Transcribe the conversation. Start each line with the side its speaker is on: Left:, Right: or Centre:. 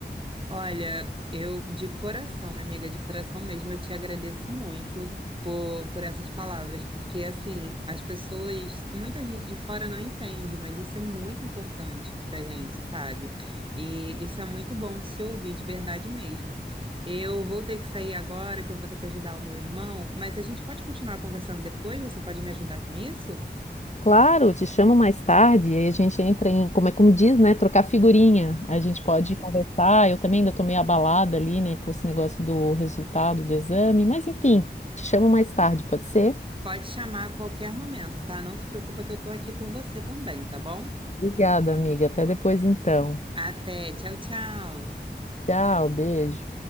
Right: Olha, eu de coração, minha amiga, de coração mesmo, eu te agradeço muito por, por essas palavras, porque assim, as pessoas, muita gente de fora não entende, mas isso é muito importante pra gente, sabe? E isso é muito bom de se ouvir, de verdade mesmo. Eu vou ter que sair agora, que eu vou ter que ajudar o meu irmão, mas a gente pode continuar conversando depois? Você pode me ajudar com isso?
Left: Claro, te chamo mais tarde, aí a gente entra em, como é como diz, né, trocar figurinha. A gente pode conversar. Eu também ainda tô meio abalada ali, né, com esse negócio do resultado do exame, mas enfim, te chamo mais tarde, pode ser?
Right: Pode chamar a qualquer momento, tá? Não se preocupa que eu tô aqui por você também, tá bom?
Left: Obrigada, amiga. Até depois então.
Right: Até, tchau, tchau.
Left: Tchau, beijo.